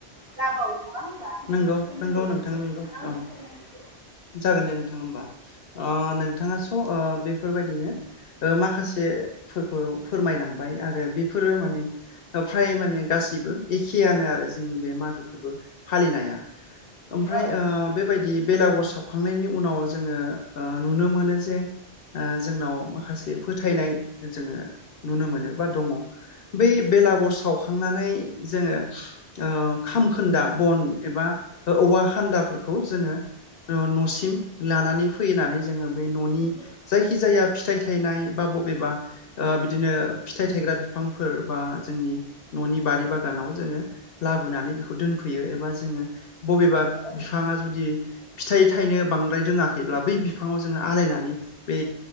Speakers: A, on the right; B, on the left.
A: जाबावो नङा होमबा बेनि
B: नंगौ
A: सोमोन्दै
B: नंगौ
A: इसे
B: नोंथां
A: नोंथाङा
B: नंगौ
A: आंनो
B: औ
A: फोरमायदो दे।
B: जागोन दे नोंथां होमबा ओ नोंथाङा स' ओ बेफोरबायदिनो ओ माखासेफोरखौ फोरमायलांबाय आरो बेफोरो माने ओ फ्राय माने गासैबो एखेयानो आरो जोंनि बे मागो फोर्बो फालिनाया ओमफ्राय
A: औ
B: ओ बे बायदि बेलागुर सावखांनायनि उनाव जोङो ओ नुनो मोनो जे ओ जोंनाव माखासे फोथायनाय जोङो नुनो मोनो बा दङ। बै बेलागुर सावखांनानै जोङो ओ खामखोन्दा बन एबा ओ औवा खान्दाफोरखौ जोङो न'सिम लानानै फैनानै जोङो बै न'नि
A: नंगौ
B: जायखिजाया फिथाइ थायनाय बा बबेबा ओ बिदिनो फिथाइ थायग्रा बिफांफोर बा जोंनि न'नि बारि बागानाव जोङो लाबोनानै बेखौ दोनफैयो एबा जोङो बबेबा
A: औ
B: फिफाङा जुदि फिथाइ थाइनो बांद्राय रोङाखैब्ला बै बिफाङाव जोङो आलायनानै बे